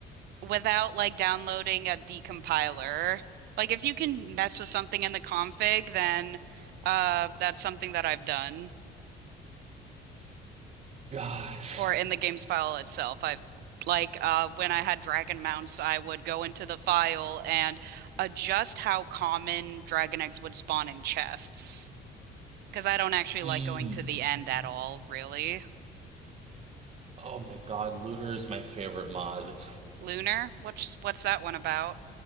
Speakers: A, on the right; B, on the right.
A: without like downloading a decompiler. Like if you can mess with something in the config, then uh that's something that I've done.
B: Gosh.
A: Or in the game's file itself. I've like uh when I had dragon mounts, I would go into the file and adjust how common dragon eggs would spawn in chests. Because I don't actually
B: Mm.
A: like going to the end at all, really.
B: Oh my God, Looter is my favorite mod.
A: Lunar? What's what's that one about?